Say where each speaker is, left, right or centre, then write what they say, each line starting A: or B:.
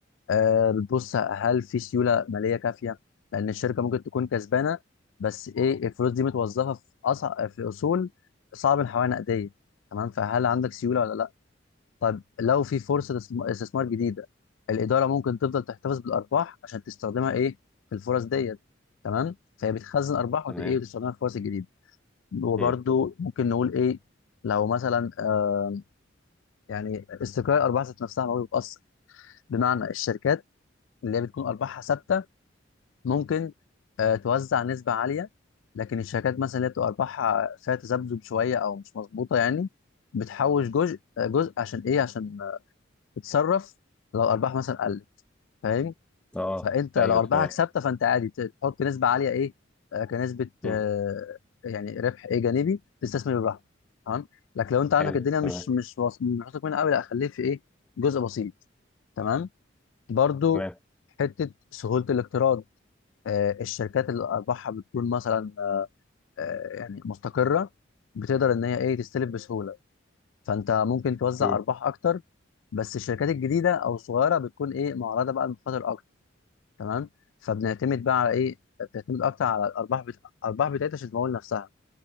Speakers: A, on the left; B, in the centre.
A: آه بتبص هل في سيوله ماليه كافيه لان الشركه ممكن تكون كسبانه بس ايه الفلوس دي متوظفه في أصع... في اصول صعب الحوالي نقديه تمام فهل عندك سيوله ولا طب لو في فرصة استثم- استثمار جديدة الإدارة ممكن تفضل تحتفظ بالأرباح عشان تستخدمها إيه في الفرص ديت تمام فهي بتخزن أرباح
B: تمام
A: وت- إيه وتستخدمها في الفرص الجديدة وبرده
B: امم
A: ممكن نقول إيه لو مثلا آه يعني استقرار الأرباح ذات نفسها ما هو بيتأثر بمعنى الشركات اللي هي بتكون أرباحها ثابتة ممكن آه توزع نسبة عالية لكن الشركات مثلا اللي بتبقى أرباحها فيها تذبذب شوية أو مش مظبوطة يعني بتحوش جزء آه، جزء عشان إيه عشان تتصرف لو الأرباح مثلا قلت فاهم
B: اه
A: فانت
B: ايوه
A: لو ارباحك
B: تمام
A: ثابته فانت عادي ت- تحط نسبه عاليه ايه آه، كنسبه
B: امم
A: آه، يعني ربح ايه جانبي تستثمر براحتك تمام لكن لو انت عندك
B: حلو
A: الدنيا
B: تمام
A: مش مش واص- مش واثق منها قوي لا خليه في ايه جزء بسيط تمام برضو
B: تمام
A: حته سهوله الاقتراض آه، الشركات اللي ارباحها بتكون مثلا آه، يعني مستقره بتقدر ان هي ايه تستلف بسهوله فانت ممكن توزع
B: امم
A: ارباح اكتر بس الشركات الجديده او الصغيره بتكون ايه معرضه بقى للمخاطر اكتر تمام فبنعتمد بقى على ايه بتعتمد اكتر على الارباح بت... الارباح بتاعتها عشان تمول نفسها